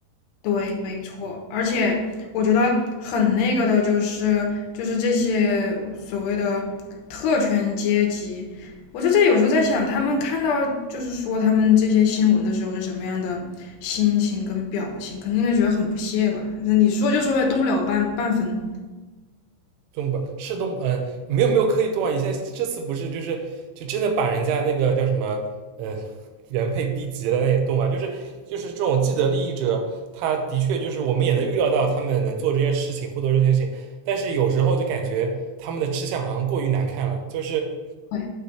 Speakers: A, on the left; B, on the right.
A: 对，没错，而且我觉得很那个的，就是就是这些所谓的特权阶级，我就在有时候在想，他们看到就是说他们这些新闻的时候是什么样的心情跟表情，肯定应该觉得很不屑吧？就是你说就说呗，动不了半半分。
B: 动北是动？嗯、呃没有没有刻意动啊。以前这次不是就是就真的把人家那个叫什么，嗯、呃原配逼急了，那也动啊。就是就是这种既得利益者，他的确就是我们也能预料到他们能做这件事情，获得这件事情，但是有时候就感觉他们的吃相好像过于难看了，就是
A: 对，